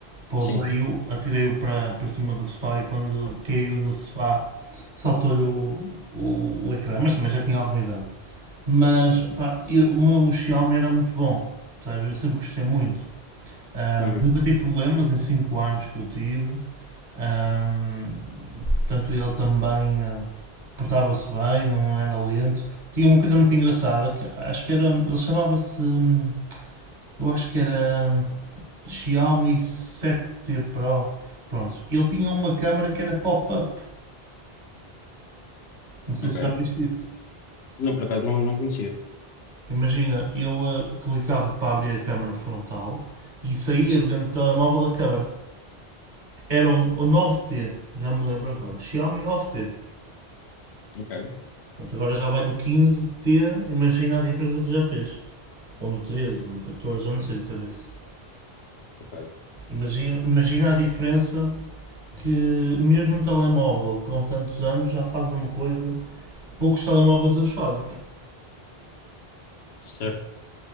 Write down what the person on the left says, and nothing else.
sim.
Uhum,
ok.
Não, por acaso não, não conhecia.
Ok,
ok.
Certo.